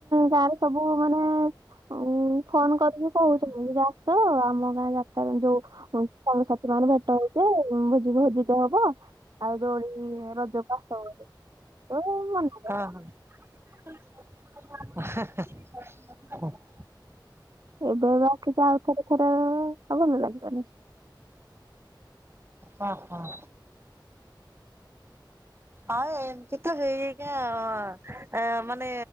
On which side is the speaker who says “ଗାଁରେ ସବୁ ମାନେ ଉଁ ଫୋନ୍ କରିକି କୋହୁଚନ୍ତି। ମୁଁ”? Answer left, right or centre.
Right